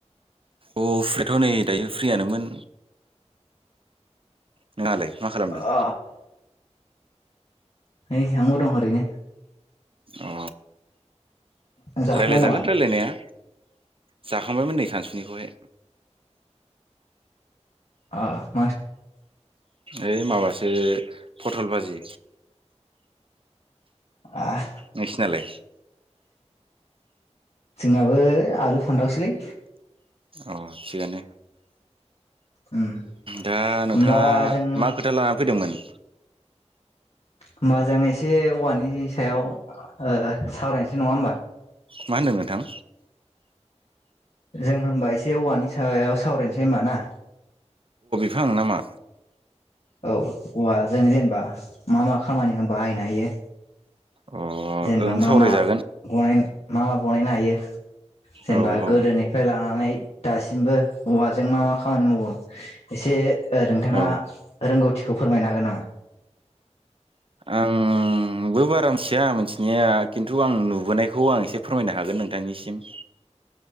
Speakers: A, on the right (about 50°); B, on the left (about 60°).
A: अ फ्रिथ' नै दायो फ्रियानोमोन नोंहालाय मा खालामदों
B: ओ नै आंबो दं ओरैनो
A: अ
B: जाखांबाय
A: रायलायजागोन
B: नामा
A: रायलायनाया जाखांबायमोन नै सानसुनिखौहाय
B: ओ
A: ओइ माबासो पथल बाजि
B: आ
A: नोंसिनालाय
B: जोंनाबो आलु फान्थावसोलै
A: औ थिगानो
B: उम
A: दा नोंथाङा
B: होमबा जों
A: मा खोथा लानानै फैदोंमोन।
B: होमबा जों एसे औवानि सायाव ओ सावरायनोसै नङा होमबा?
A: मा होन्दों नोंथां?
B: जों होमबा एसे औवानि सायाव सावरायनोसै होमबा ना।
A: फां ना मा?
B: औ औवाजों जेनेबा मा मा खामानि होम बाहायनो हायो।
A: अ
B: जेनेबा
A: ओं
B: मा
A: सावरायजागोन
B: मा बनाय मा मा बनायनो हायो। जेनबा
A: औ औ
B: गोदोनिफ्राय लानानै दासिमबो औवाजों मा मा खामानि मावो एसे ओ नोंथाङा
A: औ
B: थिखौ फोरमायनो हागोन नामा?
A: आं आंबो बारा मिथिया मिथिनाया खिन्थु आं नुबोनायखौ आं एसे फोरमायनो हागोन नोंथांनिसिम।